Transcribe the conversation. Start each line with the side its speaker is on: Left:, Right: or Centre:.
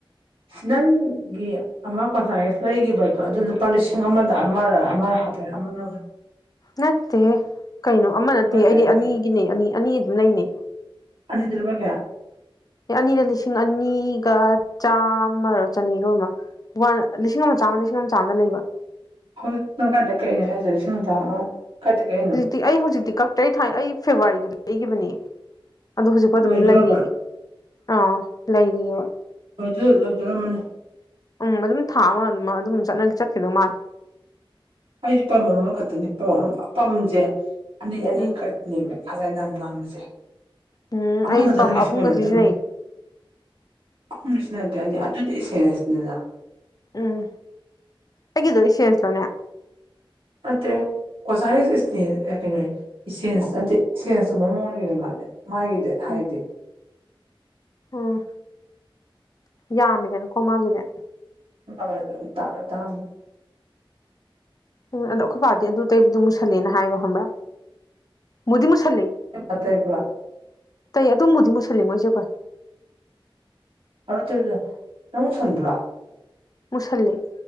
Right: ꯅꯪꯒꯤ ꯑꯃ ꯀꯣꯟꯐꯥꯌꯔ ꯂꯩꯈꯤꯕꯗꯣ ꯑꯗꯨ ꯂꯨꯄꯥ ꯂꯤꯁꯤꯡ ꯑꯃꯗ ꯑꯃꯔ ꯑꯃ ꯍꯥꯞꯄꯦ ꯑꯃꯅ
Left: ꯅꯠꯇꯦꯍꯦ ꯀꯩꯅꯣ ꯑꯃ ꯅꯠꯇꯦ
Right: ꯂꯨꯄꯥ ꯀꯌꯥ
Left: ꯑꯩꯗꯤ
Right: ꯀꯌꯥ
Left: ꯑꯅꯤꯒꯤꯅꯦ ꯑꯅꯤ ꯑꯅꯤ ꯑꯗꯨꯝ ꯂꯩꯅꯦ
Right: ꯑꯅꯤꯗ ꯂꯨꯄꯥ ꯀꯌꯥ
Left: ꯑꯦ ꯑꯅꯤꯗ ꯂꯤꯁꯤꯡ ꯑꯅꯤꯒ ꯆꯥꯝꯃꯔ ꯆꯅꯤꯔꯣ ꯑꯣꯏꯃꯥ ꯋꯥꯟ ꯂꯤꯁꯤꯡ ꯑꯃ ꯆꯥꯝꯃ ꯂꯤꯁꯤꯡ ꯑꯃ ꯆꯥꯝꯗ ꯂꯩꯕ
Right: ꯍꯧꯖꯤꯛ ꯅꯪ ꯀꯥꯏꯗꯩ ꯀꯛꯏꯅꯣ ꯍꯥꯏꯖꯦ ꯂꯤꯁꯤꯡ ꯑꯃ ꯆꯥꯝꯃ ꯑꯣ ꯀꯥꯏꯗꯩ ꯀꯛꯏꯅꯣ
Left: ꯇꯤ ꯑꯩ ꯍꯧꯖꯤꯛꯇꯤ ꯀꯛꯇ꯭ꯔꯦ ꯑꯩ ꯊꯥꯏ ꯑꯩ ꯐꯦꯕꯋꯥꯔꯤꯗ ꯂꯩꯒꯤꯕꯅꯦ ꯑꯗꯣ ꯍꯧꯖꯤꯛꯐꯥꯎ ꯑꯗꯨꯝ
Right: ꯂꯣꯏꯗꯣꯔꯕ
Left: ꯂꯩꯔꯤꯌꯦ ꯑꯥ ꯂꯩꯔꯤꯑꯕ
Right: ꯂꯣꯏꯗꯤ ꯂꯧꯗꯣꯔꯝꯃꯅꯤ
Left: ꯎꯝ ꯑꯗꯨꯝ ꯊꯥ ꯑꯃ ꯑꯃ ꯑꯗꯨꯝ ꯆꯠꯅ ꯆꯠꯈꯤꯕ ꯃꯥꯜꯂꯤ
Right: ꯑꯩꯁꯨ ꯄꯝ ꯑꯃꯈꯛꯇꯅꯤ ꯄꯝ ꯄꯝꯁꯦ ꯑꯅꯤ ꯑꯅꯤꯈꯛ
Left: ꯎꯝ
Right: ꯅꯦꯝꯃꯦ ꯈꯖꯥꯏ ꯅꯥꯝ ꯅꯥꯝꯃꯁꯦ
Left: ꯎꯝ
Right: ꯑꯃꯈꯛꯇꯅ
Left: ꯑꯩ ꯄꯝ
Right: ꯀꯩꯁꯨ
Left: ꯑꯍꯨꯝꯒ
Right: ꯀꯣꯟꯅꯗꯕꯅꯦ
Left: ꯁꯤꯖꯤꯟꯅꯩ
Right: ꯎꯝ ꯁꯤꯅꯗꯦ ꯑꯅꯤ ꯑꯗꯨꯗꯤ ꯏꯁꯦꯟꯁꯅꯤꯅ
Left: ꯎꯝ ꯑꯩꯒꯤꯗꯣ ꯏꯆꯦꯟꯁꯂꯅꯦ
Right: ꯑꯠꯇꯦ ꯀꯣꯁꯥꯏꯔꯤ ꯏꯁꯅꯦ ꯑꯦ ꯀꯩꯅꯦ ꯏꯁꯦꯟꯁ ꯅꯠꯇꯦ ꯏꯁꯦꯟꯁ ꯀꯨꯝꯕꯩ ꯃꯑꯣꯡꯅꯤ ꯀꯩꯅꯣꯃꯥꯗꯤ ꯃꯥꯥꯏꯒꯤꯗꯤ ꯍꯥꯏꯗꯤ
Left: ꯎꯝ ꯎꯝ ꯌꯥꯝꯃꯤꯗꯅꯀꯣ ꯃꯥꯒꯤꯗꯤ
Right: ꯎꯤ ꯑꯃ ꯑꯗꯨꯝ ꯑꯇꯥꯡ ꯑꯇꯥꯡ
Left: ꯎꯝ ꯑꯗꯣ ꯑꯩꯈꯣꯏ ꯄꯥꯗꯤ ꯑꯗꯨ ꯇꯩꯕꯗꯣ ꯃꯨꯁꯜꯂꯦꯅ ꯍꯥꯏꯕ ꯈꯪꯕ꯭ꯔꯥ ꯃꯨꯗꯤ ꯃꯨꯁꯜꯂꯦ
Right: ꯏꯁ ꯇꯩꯕ꯭ꯔꯥ
Left: ꯑꯗꯣ ꯃꯨꯗꯤ ꯃꯨꯁꯜꯂꯤꯉꯣ ꯏꯆꯦꯈꯣꯏ
Right: ꯑꯗꯨꯔ ꯅꯪ ꯃꯨꯁꯟꯕ꯭ꯔꯥ
Left: ꯃꯨꯁꯜꯂꯦ